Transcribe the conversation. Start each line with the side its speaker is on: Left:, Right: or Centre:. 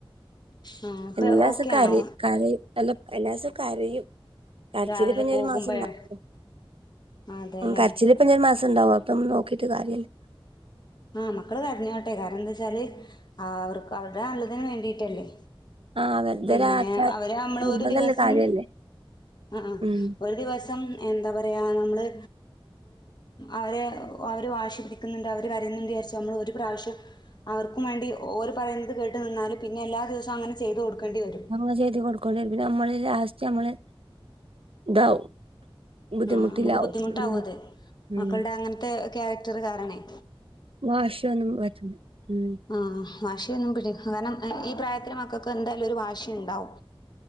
Left: ആ ഇപ്പൊ
Right: എല്ലാസോം
Left: ഓക്കെ
Right: കരയും,
Left: ആണോ
Right: കരയും. എല്ലാ എല്ലാസോം കരയും. കരച്ചില്
Left: രാവിലെ
Right: പ്പഞ്ഞി
Left: പോകുമ്പോഴോ
Right: ഒര് മാസംണ്ടാവും
Left: അതെല്ലേ
Right: കരച്ചില്. ഇപ്പഞ്ഞൊര് മാസണ്ടാവും അത്പ്പം നോക്കിട്ട് കാര്യല്ല.
Left: ആഹ് മക്കള് കരഞ്ഞോട്ടെ കാരണം എന്താച്ചാല് അവർക്ക് അവർടെ നല്ലതിന് വേണ്ടിട്ടല്ലേ.
Right: ആഹ് വെറുതൊരാച്ച
Left: പിന്നെ അവരെ നമ്മള്
Right: നിർബന്ധല്ല
Left: ഒരു ദിവസം.
Right: കാര്യല്ലേ
Left: ആ, ആ
Right: ഉം
Left: ഒരു ദിവസം എന്താ പറയാ നമ്മള്. അവരെ അവര് വാശി പിടിക്ക്ന്ന്ണ്ട് അവര് കരയ്ന്ന്ണ്ട് വിയാര്ച്ച് നമ്മള് ഒരു പ്രാവശ്യം. അവർക്കും വേണ്ടി ഓര് പറയുന്നത് കേട്ട് നിന്നാല് പിന്നെ എല്ലാ ദിവസും അങ്ങനെ ചെയ്ത് കൊടുക്കണ്ടി വരും.
Right: അങ്ങനെ ചെയ്ത് കൊടുക്കോണ്ടി വരും പിന്നെ നമ്മള് ലാസ്റ്റ് നമ്മള് ഇതാവും. ബുദ്ധിമുട്ടിലാവും
Left: ആഹ് അമ്മക്ക് ബുദ്ധിമുട്ടാവൊത്
Right: ഉം ഉം
Left: മക്കൾടെ അങ്ങൻത്തെ ക്യാരക്ടർ കാരണേ.
Right: വാശിയൊന്നും <unintelligible> ഉം
Left: ആഹ് വാശിയൊന്നും പിടി കാരണം ഈ പ്രായത്തില് മക്കക്ക് എന്തായാലും ഒരു വാശിയിണ്ടാവും.